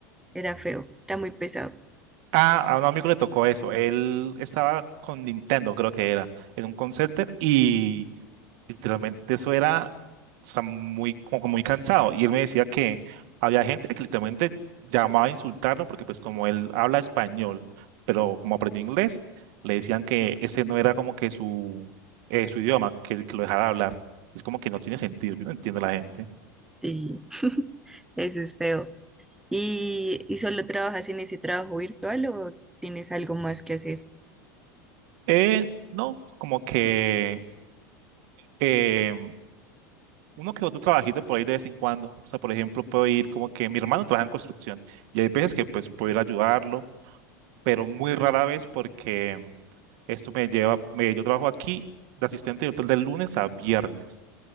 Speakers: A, in the centre; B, on the right.
A: Era feo, era muy pesado.
B: Ah, a un amigo le tocó eso, él estaba con Nintendo, creo que era, en un call center y literalmente eso era, o sea, muy, como que muy cansado. Y él me decía que había gente que literalmente llamaba a insultarlo porque pues como él habla español, pero como aprendió inglés, le decían que ese no era como que su, eh, su idioma, que, que lo dejara hablar. Es como que no tiene sentido, yo no entiendo a la gente.
A: Sí, <laughs> eso es feo. ¿Y, y solo trabajas en ese trabajo virtual o tienes algo más que hacer
B: Eh, no, como que eh, uno que otro trabajito por ahí de vez en cuando. O sea, por ejemplo, puedo ir como que mi hermano trabaja en construcción y hay veces que pues puedo ir a ayudarlo pero muy rara vez porque mm, esto me lleva, me- yo trabajo aquí de asistente de hotel de lunes a viernes